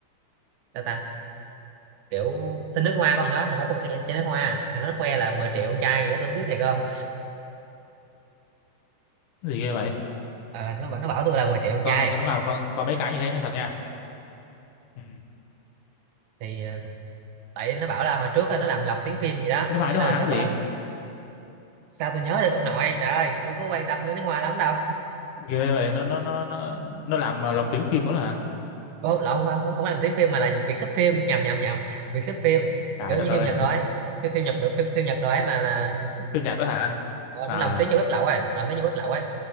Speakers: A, on the right; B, on the left.
A: sao ta kiểu xin nước hoa con đó thằng đó có một cái chai nước hoa thằng nó khoe là 10 triệu con trai gì đó tôi không biết thiệt không
B: Cái gì ghê vậy
A: Ờ, nó bảo- nó bảo tôi là 10 triệu con
B: có
A: trai
B: có, có nước hoa có có mấy cái như thế hay thật nha Ừ.
A: thì ờ, tại nó bảo là hồi trước á, nó làm lồng tiếng phim gì đó
B: nước hoa
A: cho
B: nước
A: nên
B: hoa
A: là
B: hãng
A: nó có
B: gì
A: sao tôi nhớ được ông nội trời ơi tôi có quan tâm đến nước hoa lắm đâu
B: ghê vậy nó nó nó nó nó làm à, lồng tiếng phim luôn đó hả
A: Ủa, lộn không, không không làm tiếng phim mà là việc xếp phim nhầm nhầm nhầm việc xếp phim
B: trời
A: kiểu
B: đất
A: như
B: ơi
A: phim Nhật rồi ấy. phim phim Nhật được phim phim Nhật rồi ấy mà là
B: <laughs> phim nhật đó hả
A: ờ,
B: à
A: nó làm tiếng cho web lậu rồi làm tiếng cho web lậu ấy